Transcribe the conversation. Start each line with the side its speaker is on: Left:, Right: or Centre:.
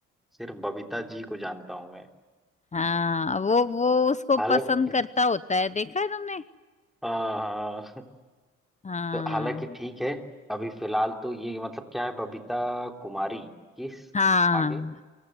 Centre: सिर्फ बबीता जी को जानता हूँ मैं
Left: हाँ वो वो उसको
Centre: हालांकि
Left: पसंद करता होता है देखा है तुमने
Centre: हाँ हाँ
Left: हाँ
Centre: तो हालांकि ठीक है अभी फिलहाल तो ये मतलब क्या है बबीता कुमारी किस
Left: हाँ
Centre: कि, आगे